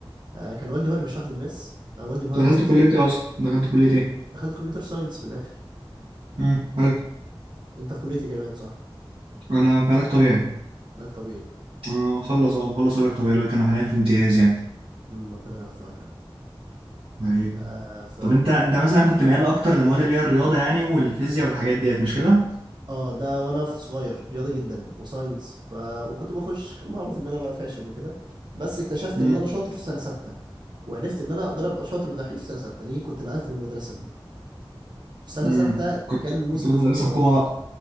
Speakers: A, on the right; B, on the right.
A: آه، كان والدي هو اللي بيشرح لي الماس آه، والدي مهندس
B: دخلت كلية
A: أصلاً.
B: ايه اصلا؟ دخلت كلية ايه؟
A: دخلت كمبيوتر ساينس في الاخر
B: مم. حلو
A: انت في كليه إيه كمان صح
B: انا في علاج طبيعي
A: علاج طبيعي
B: آه، مخلص اه مخلص علاج طبيعي دلوقتي انا حاليا في امتياز يعني
A: مم، ربنا يوفقك يا رب
B: طيب
A: آه، فكنت
B: طب انت انت مثلا كنت ميال اكتر لمواد اللي هي الرياضه يعني والفيزياء والحاجات ديت مش كده؟
A: اه ده وانا في صغير رياضه جدا وساينس ف... وكنت بخش كان معروف ان انا بقى فاشل وكده بس اكتشفت
B: امم
A: ان انا شاطر في سنه سته وعرفت ان انا اقدر ابقى شاطر ودحيح في سنه سته ليه كنت نقلت من المدرسه دي في سنه
B: امم
A: سته
B: كنت
A: كان
B: كنت
A: موسم
B: في مدرسه
A: انفجار
B: حكومه بقى